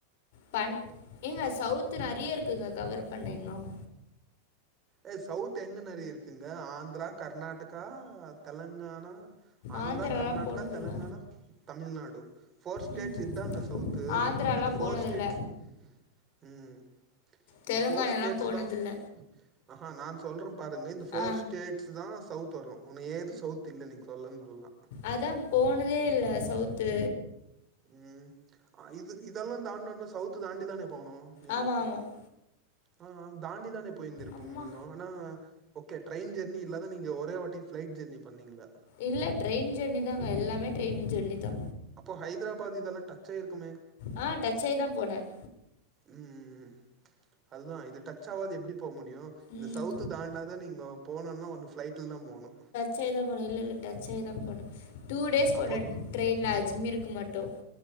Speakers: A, on the left (about 65°); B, on the right (about 30°).
A: பண் ஏங்க சவுத்து நறைய இருக்குங்க கவர் பண்ண இன்னும்
B: ஏ சவுத் எங்க நெறைய இருக்கு இங்க ஆந்ரா கர்நாடக்கா தெலுங்கானா ஆந்ரா
A: ஆந்திராலாம்
B: கர்நாடக்கா
A: போனதில்ல
B: தெலுங்கானா தமிழ்நாடு ஃபோர் ஸ்டேட்ஸ்ஸு
A: ம்
B: இதாங்க சவுத்து
A: ஆந்திராலாம்
B: இது ஃபோர்
A: போனதில்ல
B: ஸ்டேட்ஸ் ம்
A: தெலுங்கானாலாம்
B: இந்த ஃபோர் ஸ்சேட்ஸ்ஸு
A: போனதில்ல
B: தா அஹா நா சொல்றே பாருங்க இந்த ஃபோர்
A: ஆ
B: ஸ்டேட்ஸ்ஸு தா சவுத் வரு உனு ஏது சவுத் இல்ல நீங்க சொல்லுதல்லா
A: அதா போனதே இல்ல சவுத்து
B: ம் ஆ இது இதெல்லா தாண்னனா சவுத்து தாண்டி தானே போனு நீங்கொ
A: ஆமாம் ஆமாம்
B: ஆ தாண்டி தான போய்ருந்துருப்போ
A: அம்மா
B: நீங்கொ ஆனா ஓகே ட்ரெயின் ஜர்னி இல்லாத நீங்க ஒரே வாட்டி ஃபிளைட் ஜர்னி பண்ணீங்களா
A: இல்ல ட்ரெயின் ஜெர்னி தாங்க எல்லாமே ட்ரெயின் ஜெர்னி தா
B: அப்போ ஹைதராபாத் இதெல்லா டச் செய்ருக்குமே
A: ஆ டச் ஆகி தான் போனேன்
B: ம் ம் ம் அதுதா இது டச் ஆவாது எப்டி போ முடியு இந்த
A: ம்
B: சவுத் தாண்டாத நீங்க போனுனா ஒண்ணு ஃபிளைட்ல தா போணு
A: சாய்தா போணே இல்லல்ல டச்சாய்தா போணே டூ டேஸ் போனோ
B: அப்போ
A: ட்ரெயின்ல அஜ்மீருக்கு மட்டு